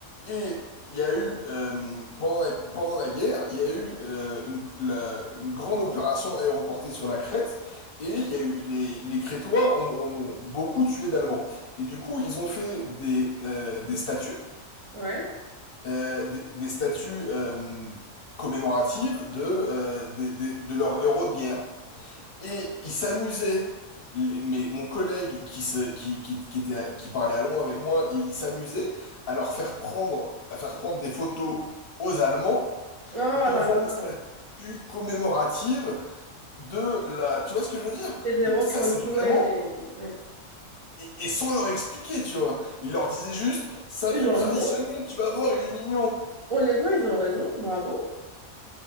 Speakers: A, on the left; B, on the right.
A: Et il y a eu, euh, pendant la, pendant la guerre, il y a eu euh, une, la- une grande opération aéroportée sur la Crète, et il y a eu, les, les Crétois ont, ont beaucoup tué d'Allemands. Et du coup, ils ont fait des, euh, des statues,
B: ouais.
A: euh, des, des statues euh, commémoratives de, euh, des- des- de leurs héros de guerre. Et ils s'amusaient. les- Mais mon collègue qui, se, qui, qui, qui était, qui parlait allemand avec moi, il, il s'amusait à leur faire prendre, à faire prendre des photos aux Allemands
B: Oh
A: devant
B: là là,
A: les statues commémoratives de la... Tu vois ce que je veux dire?
B: c'est des
A: Donc
B: héros
A: ça,
B: qui ont
A: c'est
B: tué
A: vraiment...
B: les... ouais.
A: Et, et sans leur expliquer, tu vois. Il leur disait juste, c'est un
B: Ils
A: truc
B: ont
A: traditionnel,
B: raison.
A: tu vas voir, il est mignon.
B: Honnêtement, ils ont raison. Bravo.